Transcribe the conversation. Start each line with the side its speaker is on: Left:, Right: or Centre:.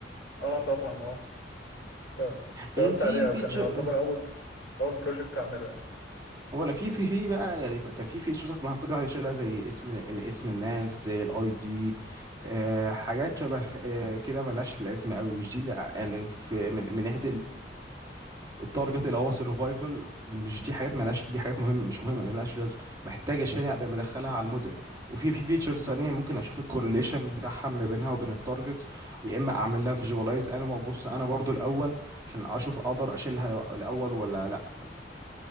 Left: اه طبعا اه طب
Right: ايه
Left: اشتغلت
Right: في
Left: عليها
Right: فيتشر
Left: كان يعتبر اول اول بروجكت اعمله يعني
Right: ولا في في في بقى يعني كان في فيتشرز المفروض الواحد يشيلها زي اسم اسم الناس زي الاي دي آه، حاجات شبه آه، كده ملهاش لازمه قوي مش دي اللي ع- يعني في من, من ناحيه التارجت الاول سرفايفل مش دي حاجات مالهاش دي حاجات مهم مش مهمه مالهاش لازم محتاج اشيلها قبل ما ادخلها على الموديل وفي في فيتشرز ثانيه ممكن اشوف الكورليشن بتاعها ما بينها وبين التارجت يا اما اعمل لها فيجواليز انا وابص انا برضو الاول عشان اشوف اقدر اشيلها لو- الاول ولا لا